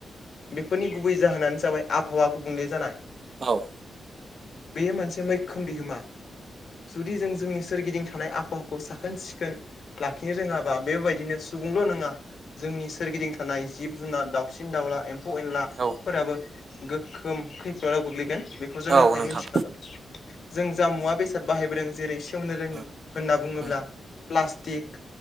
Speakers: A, on the left; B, on the right.
A: बेफोरनि गुबै जाहोनानो जाबाय आबहावा गुबुंले जानाय।
B: औ
A: बेयो मोनसे मैखोम बिहोमा जुदि जों जोंनि सोरगिदिं थानाय आबहावाखौ साखोन सिखोन लाखिनो रोंङाबा बेबायदिनो सुबुंल' नंङा जोंनि सोरगिदिं थानाय जिब जुनार दाउसिन दाउला एम्फौ एनलाफोराबो
B: औ
A: गोखोम खैफोदाव गोग्लैगोन बेखौ जों
B: औ
A: रोखायै
B: नोंथां
A: मिथि जों जा मुवा बेसाद बाहायबोदों जेरै सेवनो रोंङि
B: औ
A: होनना बुंङोब्ला
B: औ
A: प्लास्टिक